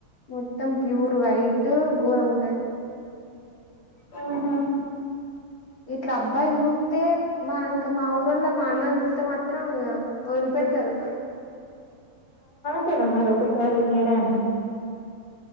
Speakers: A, on the left; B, on the left.
A: మొత్తం ప్యూర్ వైట్ గోరంగా ఉంటది
B: ఆహ
A: ఇట్లా అబ్బాయిలు చూత్తే మా ఇంకా మా ఊరోళ్ళు మా అన్నోళ్ళు చూత్తే మాత్రం ఇగా వదిలిపెట్టారు.
B: <unintelligible> ఒక్కసారి మేడాన్ని